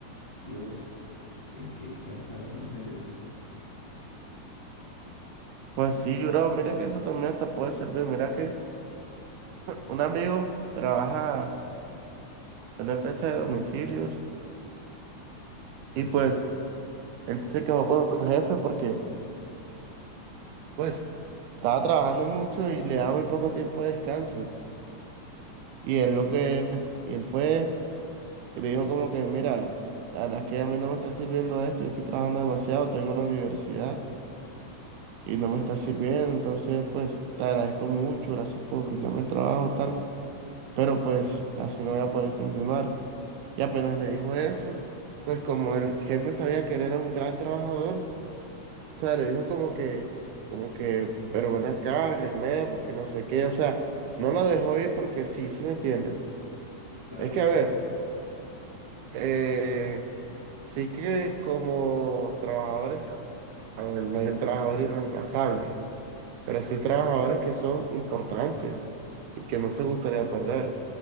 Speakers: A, on the left (about 20°); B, on the right (about 85°).
A: Dios, qué, qué, qué cansancio, en serio.
B: pues sí, bro, mira que eso también hasta puede servir, mira que un amigo trabaja en una empresa de domicilios y
A: Ujú,
B: pues él se quejó con el jefe porque pues estaba trabajando mucho y le daba muy poco tiempo de descanso. Y él lo que, y él fue y le dijo como que, mira, la verdad es que a mí no me está sirviendo esto, yo estoy trabajando demasiado, tengo la universidad y no me está sirviendo, entonces pues te agradezco mucho, gracias por brindarme el trabajo, tal, pero pues así no voy a poder continuar. Y apenas le dijo eso, pues como el jefe sabía que él era un gran trabajador, o sea, le dijo como que, como que, pero ven acá, arreglemos, que no sé qué, o sea, no lo dejó ir porque sí, sí me entiendes.
A: Claro,
B: Es que, a ver, eh, sí que como trabajadores, a ver, no hay un trabajador irreemplazable, pero sí trabajadores que son importantes y que no se gustaría perder.